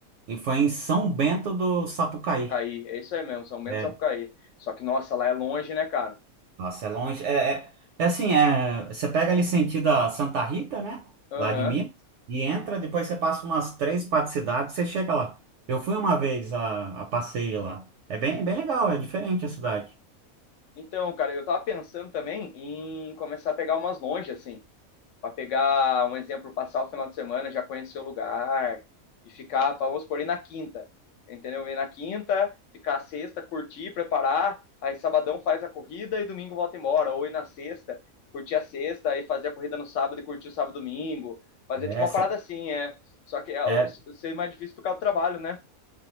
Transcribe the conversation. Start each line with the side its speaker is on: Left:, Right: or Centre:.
Right: e foi em São Bento do Sapucaí.
Left: Cair, é isso aí mesmo, São Bento
Right: É,
Left: do Sapucaí. Só que, nossa, lá é longe, né, cara?
Right: Nossa, é longe. É, é, é assim, é, você pega ali sentido a Santa Rita, né?
Left: Aham.
Right: Lá de Minas, e entra, depois você passa umas três, quatro cidades, você chega lá. Eu fui uma vez a, a passeio lá. É bem, bem legal, é diferente a cidade.
Left: Então, cara, eu tava pensando também em começar a pegar umas longe, assim. para pegar um exemplo, passar o final de semana, já conhecer o lugar e ficar, pra, vamos supor, ir na quinta, entendeu? Ir na quinta, ficar a sexta, curtir, preparar, aí sabadão faz a corrida e domingo volta embora, ou ir na sexta, curtir a sexta e fazer a corrida no sábado e curtir o sábado e domingo, fazer
Right: É,
Left: tipo uma
Right: cê-
Left: parada assim, é. Só que é,
Right: é,
Left: ser é mais difícil por causa do trabalho, né?